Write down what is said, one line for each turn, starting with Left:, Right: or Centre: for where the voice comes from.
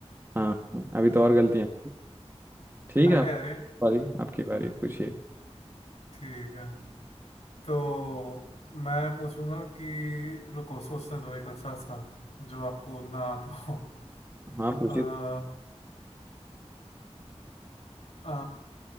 Right: हाँ अभी तो और गलतियाँ ठीक
Left: अरे
Right: है आपकी
Left: अरे
Right: बारी आपकी बारी पूछिए
Left: ठीक है तो मैं पूछूंगा कि रुको सोचने दो एक अच्छा सा जो आपको ना आता हो
Right: हाँ पूछिए
Left: अ, अ,